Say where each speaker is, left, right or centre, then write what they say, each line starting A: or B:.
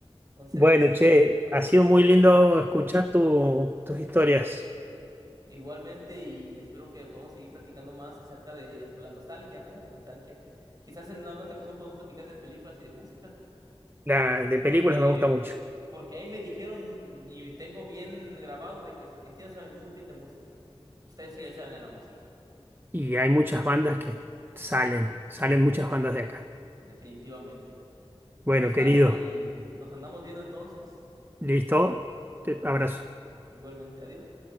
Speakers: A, on the right; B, on the right.
A: entonces,
B: Bueno, che, ha sido muy lindo escuchar tu- tus historias.
A: igualmente y espero que podamos seguir platicando más acerca de pues, la nostalgia, ¿no? La nostalgia. Quizás en alguna otra ocasión podemos platicar de películas y de música.
B: La de películas
A: Porque,
B: me gusta mucho.
A: porque ahí me dijeron y tengo bien grabado de que los argentinos saben muy bien de música. Ustedes sí le saben a la música,
B: Y hay muchas bandas que salen, salen muchas bandas de acá.
A: definitivamente.
B: Bueno,
A: Un gustazo
B: querido,
A: y nos andamos viendo entonces.
B: listo. Te abrazo.
A: Igualmente, adiós.